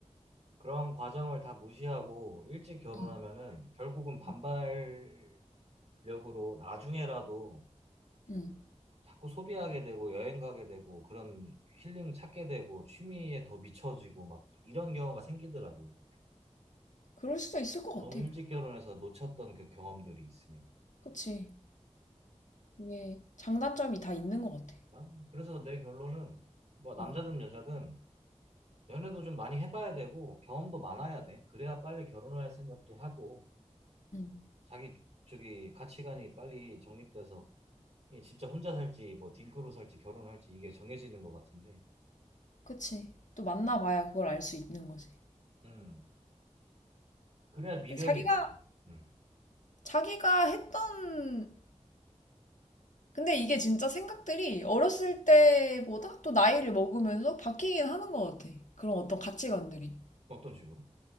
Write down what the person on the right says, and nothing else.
그런 과정을 다 무시하고 일찍 결혼하면은
결국은 반발
력으로 나중에라도
자꾸 소비하게 되고 여행 가게 되고 그런 힐링 찾게 되고 취미에 더 미쳐지고 막 이런 경우가 생기더라고.
너무
일찍 결혼해서 놓쳤던 그 경험들이 있으면.
아, 그래서 내 결론은 뭐 남자든
여자든 연애도 좀 많이 해봐야 되고 경험도 많아야 돼. 그래야 빨리 결혼할 생각도 하고
자기 저기 가치관이 빨리 정립돼서 이게 진짜 혼자 살지 뭐 딩크로 살지 결혼할지 이게 정해지는 것 같은데.
음. 그래야 미련이
없지. 음.
어떤 식으로?